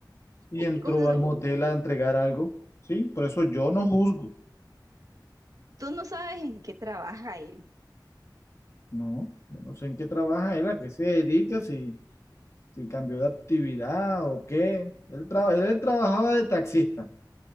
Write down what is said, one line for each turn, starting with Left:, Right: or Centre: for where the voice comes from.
Left: y
Right: Ay,
Left: entró
Right: cosas de-
Left: al motel a entregar algo, ¿sí? Por eso yo no juzgo,
Right: Tú no sabes en qué trabaja él.
Left: ¿no? Yo no sé en qué trabaja él, a qué se dedica, si, si cambió de actividad o qué. Él, traba- él trabajaba de taxista.